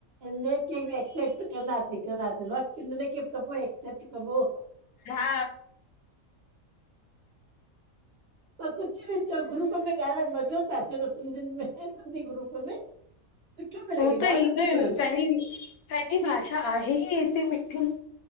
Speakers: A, on the right; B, on the left.
A: इन्हेखे ॿि एक्सेप्ट कंदासी कंदासी वक़्त इननखे ॿि कॿो एक्सेप्ट कॿो।
B: हा,
A: प कुछु ॿि चओ ग्रुप में ॻाल्हाए मॼो़ त अचे तो सिंधियुनि में सिंधी ग्रुप में। सुठो पियो
B: उह
A: लॻे
B: त
A: ॾाढो
B: ईंदो
A: सुठो
B: ई न
A: पियो
B: पहिरीं पंहिंजी भाषा आहे ई एतिरी मिठी।